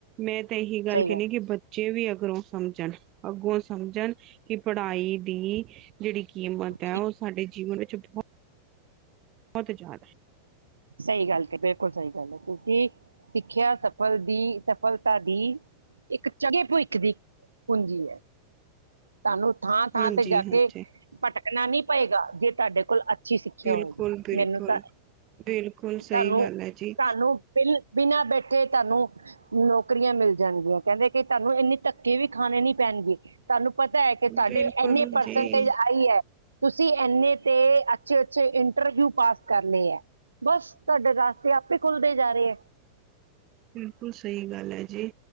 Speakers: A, on the right (about 35°); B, on the right (about 80°).
A: ਮੈਂ ਤਾਂ ਇਹੀ ਗੱਲ
B: ਸਹੀ
A: ਕਹਣੀ
B: ਹੈ
A: ਆ, ਕਿ ਬੱਚੇ ਵੀ ਅੱਗਰੋਂ ਸਮਝਣ। ਅੱਗੋਂ ਸਮਝਣ ਕਿ ਪੜ੍ਹਾਈ ਦੀ ਜੇਹੜੀ ਕੀਮਤ ਏ,
B: ਕੀ-
A: ਉਹ ਸਾਡੇ ਜੀਵਨ ਵਿੱਚ ਬਹੁਤ ਬੋਤ ਜਾਦਾ ਏ।
B: ਸਈ ਗੱਲ ਤੇ ਬਿਲਕੁਲ ਸਈ ਗੱਲ ਏ, ਕਿਉਕਿ ਸਿੱਖਿਆ ਸਭ ਸਫਲ ਦੀ ਸਫਲਤਾ ਦੀ, ਇੱਕ ਚੰਗੇ ਭਵਿੱਖ ਦੀ, ਪੂੰਜੀ ਐ। ਤੁਹਾਨੂੰ ਥਾਂ-ਥਾਂ
A: ਹੈ। ਹਾਂਜੀ
B: ਤੇ ਜਾ ਕੇ,
A: ਹਾਂਜੀ
B: ਭਟਕਣਾ ਨੀ ਪਏਗਾ, ਜੇ ਤੁਹਾਡੇ ਕੋਲ ਅ ਅੱਛੀ ਸਿੱਖਿਆ
A: ਬਿਲਕੁਲ
B: ਹੋਵੇ,
A: ਬਿਲਕੁਲ
B: ਮੈਨੂੰ ਤਾਂ
A: ਬਿਲਕੁਲ ਸਹੀ
B: ਤਾਨੂੰ-ਤਾਨੂੰ
A: ਗੱਲ ਹੈ ਜੀ
B: ਬਿਲ ਬਿਨਾਂ ਬੈਠੇ, ਤਾਨੂੰ ਨੌਕਰੀਆਂ ਮਿਲ ਜਾਣਗੀਆਂ। ਕਹਿੰਦੇ ਕਿ ਤਾਨੂੰ ਇੰਨੀ ਧੱਕੇ ਵੀ ਖਾਣੇ ਨੀ ਪੈਣਗੇ, ਤਾਨੂੰ ਪਤਾ ਏ ਕਿ ਤੁਹਾਡੇ
A: ਬਿਲਕੁਲ
B: ਏਨੇ ਪਰਸੈਂਟੇਜ
A: ਜੀ
B: ਆਈ ਏ। ਤੁਸੀਂ ਏਨੇ ਤੇ ਅੱਛੇ-ਅੱਛੇ ਇੰਟਰਵਿਊ ਪਾਸ ਕਰਨੇ ਏ। ਬਸ, ਤੁਹਾਡੇ ਰਾਸਤੇ ਆਪੇ ਖੁੱਲਦੇ ਜਾ ਰਹੇ ਹੈ।
A: ਬਿਲਕੁਲ ਸਹੀ ਗੱਲ ਏ ਜੀ,